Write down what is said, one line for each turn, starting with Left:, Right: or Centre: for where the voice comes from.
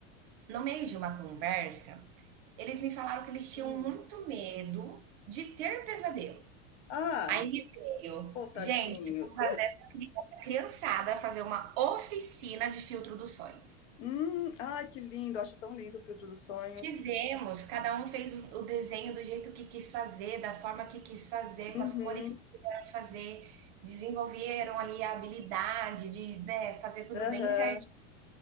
Right: no meio de uma conversa, eles me falaram que eles tinham
Left: Hum.
Right: muito medo de ter pesadelo.
Left: Ah,
Right: Aí me veio,
Left: ô, tadinhos.
Right: gente, eu vou fazer essa cri- essa criançada fazer uma oficina de filtro dos sonhos.
Left: Hum, ai, que lindo. Acho tão lindo o filtro dos sonhos.
Right: Fizemos, cada um fez o o desenho do jeito que quis fazer, da forma que quis fazer,
Left: Uhum.
Right: com as cores que quiseram fazer, desenvolveram ali a habilidade de, né, fazer tudo
Left: Aham.
Right: bem certinho.